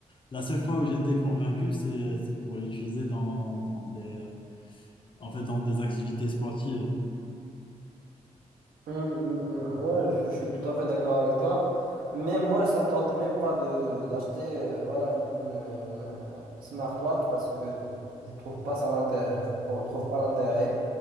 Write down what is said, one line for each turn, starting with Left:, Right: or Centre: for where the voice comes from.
Left: la seule fois où j'étais convaincu, c'est c'est pour l'utiliser dans, dans des, euh, en fait, dans des activités sportives.
Right: Hum, hum, hum. Ouais, je, je suis tout à fait d'accord avec toi. Mais moi, ça me tente même pas de d'acheter euh, voilà, une, une, une, euh, smartwatch parce que je trouve pas ça l'intérêt, je trou- trouve pas l'intérêt.